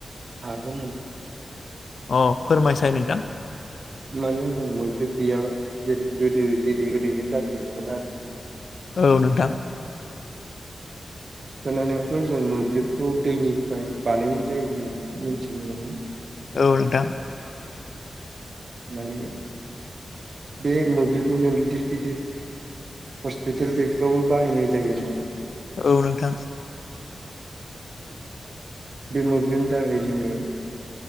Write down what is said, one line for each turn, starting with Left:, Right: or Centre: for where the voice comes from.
Right: हागोन ओं।
Left: अ फोरमायसाय नोंथां।
Right: मानो जों मोब्लिब गैयाबा जेरै गोदो जेरै ओरैनो जाफिनगौमोन आरोखि
Left: औ नोंथां।
Right: खोनानायावथ' जों मोब्लिबखौ दैनिफ्राय बानायनाय जायो होननानै मिनथिनो मोनो।
Left: औ नोंथां।
Right: माने बे मोब्लिबखौ जों गिदिर गिदिर हस्पिटेल बेफ्रावबो बाहायनाय जायोना।
Left: औ नोंथां।
Right: बे मोब्लिबनि दारै जोङो